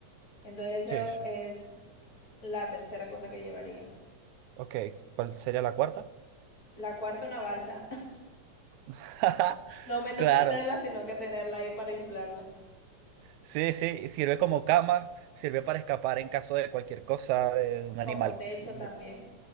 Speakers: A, on the left; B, on the right.
A: Entonces
B: Sí,
A: eso
B: sí.
A: es la tercera cosa que llevaría.
B: Ok, ¿cuál sería la cuarta?
A: La cuarta, una balsa. <laughs>
B: <laughs>
A: No me toca
B: Claro.
A: hacerla, sino que tenerla ahí para inflarla.
B: Sí, sí, sirve como cama, sirve para escapar en caso de cualquier cosa, de un
A: Como
B: animal,
A: techo
B: de-
A: también.